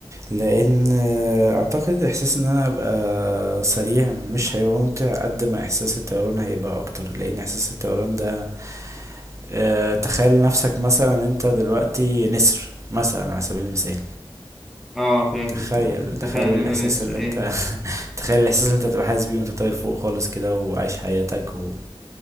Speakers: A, on the right; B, in the centre.
A: لأن آه، أعتقد إحساس إن أنا أبقى سريع مش هيبقى ممتع قد ما إحساس الطيران هيبقى أكتر لأن إحساس الطيران ده آه، تخيل نفسك مثلا انت دلوقتي نسر مثلا على سبيل المثال
B: اه فهمتك
A: تخيل
B: اه انت
A: تخيل
B: فعلا
A: الاحساس
B: انا نسر
A: اللي
B: ايه
A: انت <laughs> تخيل الاحساس اللي انت تبقى حاسس بيه وانت طاير فوق خالص كده وعايش حياتك و...